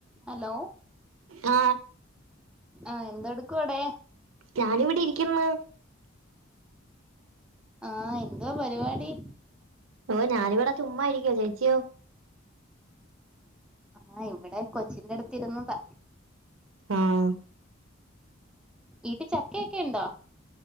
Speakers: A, in the centre; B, on the right.
A: ഹലോ
B: ആ
A: ആഹ് എന്തെടുക്കും ആടെ
B: ഞാന് ഇവിടെ ഇരിക്കുന്ന്
A: ആഹ് എന്തുവാ പരിപാടി
B: ഓഹ് ഞാനിവിടെ ചുമ്മായിരിക്കുവോ ചേച്ചിയോ
A: ആഹ് ഇവിടെ കൊച്ചിന്റെ അടുത്ത് ഇരുന്നതാ
B: ആഹ്
A: വീട്ടിൽ ചക്കയൊക്കെ ഉണ്ടോ